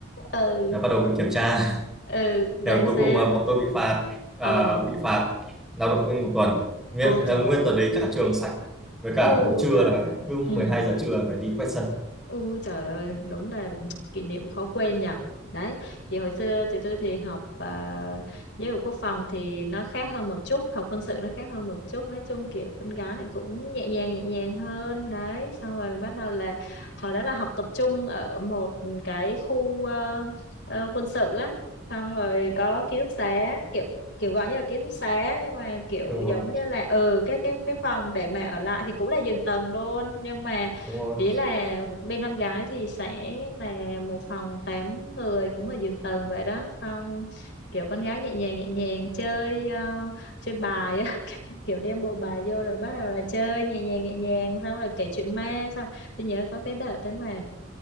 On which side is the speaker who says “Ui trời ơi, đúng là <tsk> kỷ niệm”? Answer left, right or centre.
Left